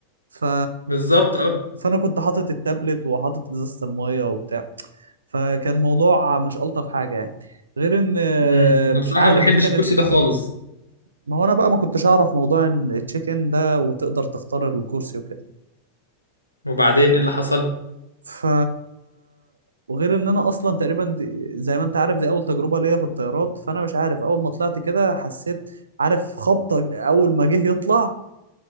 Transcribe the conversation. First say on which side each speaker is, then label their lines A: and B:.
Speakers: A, on the right; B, on the left.
A: ف...
B: بالظبط اه
A: فانا كنت حاطط التابلت وحاطط ازازه الميه وبتاع فكان موضوع مش الطف حاجه يعني غير ان آه،
B: مم. انا
A: مش
B: بصراحة
A: عارف
B: ما بحبش
A: دي كانت
B: الكرسي ده خالص
A: ما هو انا بقى ما كنتش اعرف موضوع ان التشيك ان ده وتقدر تختار الكرسي وكده
B: وبعدين ايه اللي حصل <laughs>
A: ف وغير ان انا اصلا تقريبا دي زي ما انت عارف دي اول تجربه ليا في الطيارات فانا مش عارف اول ما طلعت كده حسيت عارف خبطه اول ما جه يطلع